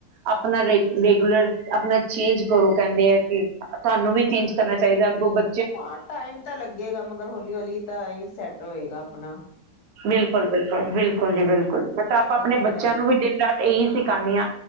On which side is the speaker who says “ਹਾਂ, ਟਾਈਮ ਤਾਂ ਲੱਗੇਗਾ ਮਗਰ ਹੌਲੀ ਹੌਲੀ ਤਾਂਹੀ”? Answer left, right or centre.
Left